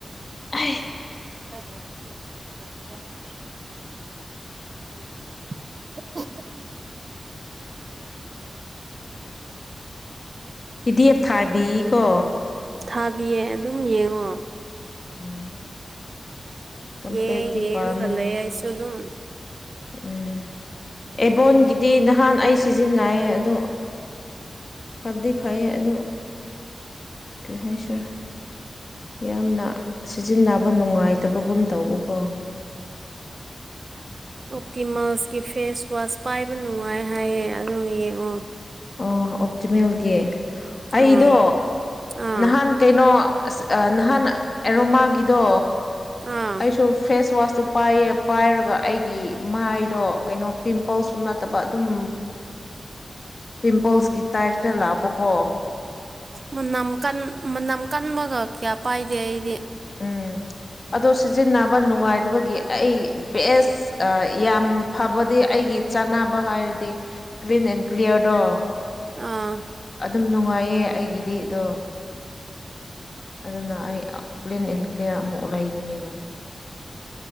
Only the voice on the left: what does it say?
ꯑꯩ
ꯄꯤꯗꯤꯑꯦꯞ ꯊꯥꯕꯤꯀꯣ
ꯎꯝ ꯀꯝꯄꯦꯛꯇꯤ
ꯄꯥꯝꯃꯦ
ꯎꯝ ꯑꯦꯕꯣꯟꯒꯤꯗꯤ ꯅꯍꯥꯟ ꯑꯩ ꯁꯤꯖꯤꯟꯅꯌꯦ ꯑꯗꯨ ꯐ꯭ꯕꯗꯤ ꯐꯩꯌꯦ ꯑꯗꯨ ꯀ꯭ꯔꯤ ꯍꯥꯏꯁꯤꯔ ꯌꯥꯝꯅ ꯁꯤꯖꯤꯟꯅꯕ ꯅꯨꯡꯉꯥꯏꯇꯕꯒꯨꯝ ꯇꯧꯕꯀꯣ <inaudible>
ꯑꯣ ꯑꯣꯞꯇꯤꯃꯦꯜꯒꯤ ꯑꯩꯗꯣ
ꯅꯍꯥꯟ ꯀꯩꯅꯣ ꯑꯁ ꯅꯍꯥꯟ ꯑꯦꯔꯣꯃꯥꯒꯤꯗꯣ
ꯑꯩꯁꯨ ꯐꯦꯁ ꯋꯥꯁ ꯄꯥꯏꯌꯦ ꯄꯥꯏꯔꯒ ꯑꯩꯒꯤ ꯃꯥꯏꯗꯣ ꯀꯩꯅꯣ ꯄꯤꯝꯄꯜꯁꯨ ꯅꯠꯇꯕ ꯑꯗꯨꯝ ꯄꯤꯝꯄꯜꯁꯀꯤ ꯇꯥꯏꯞꯇ ꯂꯥꯛꯕꯀꯣ
ꯎꯝ ꯑꯗꯣ ꯁꯤꯖꯤꯟꯅꯕ ꯅꯨꯡꯉꯥꯏꯇꯕꯒꯤ ꯑꯩ ꯕꯦꯁ ꯌꯥꯝ ꯐꯕꯗꯤ ꯑꯩ ꯑꯩꯒꯤ ꯆꯥꯅꯕ ꯍꯥꯏꯔꯗꯤ ꯀ꯭ꯂꯤꯟ ꯑꯦꯟ ꯀ꯭ꯂꯤꯌꯥꯔꯗꯣ
ꯑꯗꯨꯝ ꯅꯨꯡꯉꯥꯏꯌꯦ ꯑꯩꯒꯤꯗꯤ ꯑꯗꯣ ꯑꯗꯨꯅ ꯑꯩ ꯀ꯭ꯂꯤꯟ ꯑꯦꯟ ꯀ꯭ꯂꯤꯌꯥꯔ ꯑꯃꯨꯛ ꯂꯩꯕꯅꯦꯕ